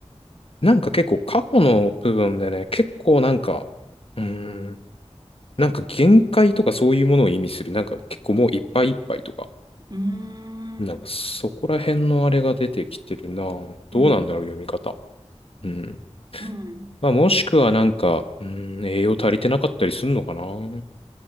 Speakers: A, on the left (about 55°); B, on the right (about 35°).
A: なんか結構過去の部分でね、結構なんか、うーん、なんか限界とかそういうものを意味する、なんか結構もういっぱいいっぱいとか、
B: うーん。
A: なんかそこら辺のあれが出てきてるなどうなんだろう、
B: うん。
A: 読み方。うん。
B: うん。
A: まあ、もしくはなんか、うん、栄養足りてなかったりするのかなっ